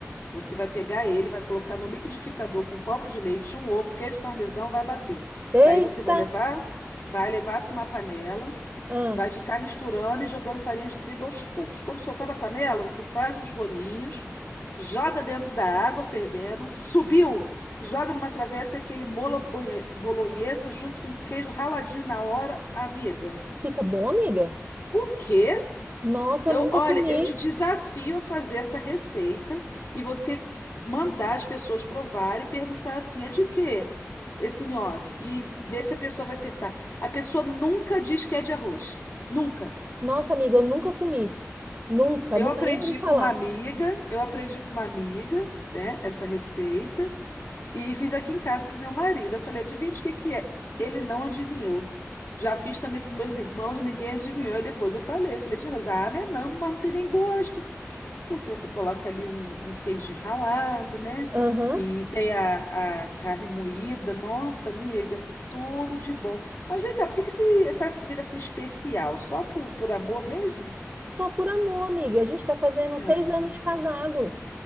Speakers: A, on the left; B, on the right.
A: Você vai pegar ele, vai colocar no liquidificador com um copo de leite, um ovo, queijo parmesão, vai bater.
B: Eita!
A: Daí você vai levar, vai levar para uma panela,
B: Ah,
A: vai ficar misturando e jogando farinha de trigo aos poucos. Quando soltar da panela, você faz os rolinhos, joga dentro da água fervendo, subiu, joga numa travessa e aquele molho bolonhe- bolonhesa junto com queijo raladinho na hora, amiga.
B: fica bom, amiga?
A: O quê?
B: Nossa,
A: Eu,
B: eu nunca
A: olha,
B: comi.
A: eu te desafio a fazer essa receita e você mandar as pessoas provarem e perguntar assim, é de quê? Esse nhoque. E ver se a pessoa vai acertar. A pessoa nunca diz que é de arroz. Nunca.
B: Nossa, amiga, eu nunca comi. Nunca,
A: Eu
B: nunca
A: aprendi
B: nem ouvi falar.
A: com uma amiga, eu aprendi com uma amiga, né, essa receita e fiz aqui em casa pro meu marido. Eu falei, adivinha de que que é? Ele não adivinhou. Já fiz também para meus irmãos, ninguém adivinhou. E depois eu falei, eu falei de arroz. Ah, né, não, mas não tem nem gosto. Porque você coloca ali um, um queijo ralado, né?
B: Aham.
A: E tem a, a carne moída. Nossa, amiga, tudo de bom. Mas vem cá, por que que esse- essa comida assim especial? Só por, por amor mesmo?
B: Só por amor, amiga. A gente tá fazendo
A: Ah,
B: seis anos de casado.